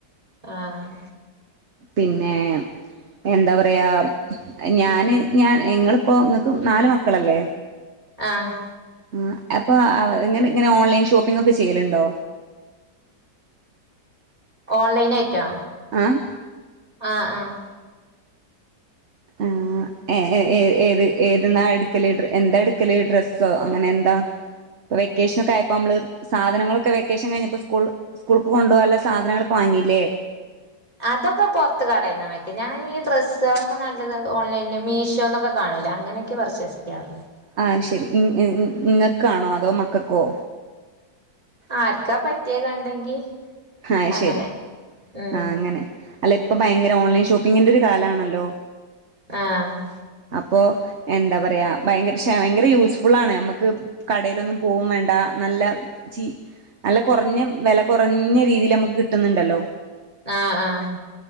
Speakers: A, on the right (about 20°); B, on the right (about 45°).
A: ആഹ്
B: പിന്നെ എന്താ പറയാ ഞാന് ഞാൻ ഇങ്ങളിപ്പോ നിങ്ങൾക്ക് നാല് മക്കളല്ലേ?
A: ആഹ്
B: ആഹ് അപ്പൊ ഇങ്ങനെ ഇങ്ങനെ ഓൺലൈൻ ഷോപ്പിംഗ് ഒക്കെ ചെയ്യലുണ്ടോ
A: ഓൺലൈൻ ആയിട്ടോ
B: ആഹ്
A: ആഹ് ആഹ്
B: ആഹ് ഏ ഏ ഏ ഏത് ഏതിന്നാ എടുക്കല് എന്താ എടുക്കല് ഡ്രെസ്സോ അങ്ങനെ എന്താ വെക്കേഷനൊക്കെ ആയപ്പോ നമ്മള് സാധനങ്ങളൊക്കെ വെക്കേഷൻ കഴിഞ്ഞപ്പോ സ്കൂൾ സ്കൂൾക്ക് കൊണ്ടുപോകാനുള്ള സാധനങ്ങളൊക്കെ വാങ്ങില്ലേ
A: അതൊക്കെ പൊറത്ത് കടേന്നാ വാങ്ങിക്ക് ഞാൻ ഈ ഡ്രസ്സ് ഡ്രെസ്സുകളൊക്കെ നല്ലത് ഓൺലൈൻ മീഷോന്നൊക്കെ കാണൂല അങ്ങനെയക്കെ പർച്ചേസ് ചെയ്യാറുള്ളു
B: ആഹ് ശെരി ഇങ്ങ് ആ ഇങ്ങക്കാണോ അതോ മക്കൾക്കോ
A: ആർക്കാ പറ്റിയേ കണ്ടെങ്കി
B: ആഹ്
A: അങ്ങനെ
B: ശരി
A: ഉം
B: ആഹ് അങ്ങനെ അല്ലേ ഇപ്പൊ ഭയങ്കര ഓൺലൈൻ ഷോപ്പിംഗിന്റെ ഒരു കാലാണല്ലോ
A: ആഹ്
B: അപ്പൊ എന്താ പറയാ ഭയങ്കര ശേ ഭയങ്കര യൂസ്ഫുൾ ആണ് നമ്മുക്ക് കടയിലൊന്നും പോവും വേണ്ട നല്ല ചീ നല്ല കുറഞ്ഞ വില കുറഞ്ഞ രീതിൽ നമുക്ക് കിട്ടുന്നുണ്ടല്ലോ
A: ആഹ് ആഹ്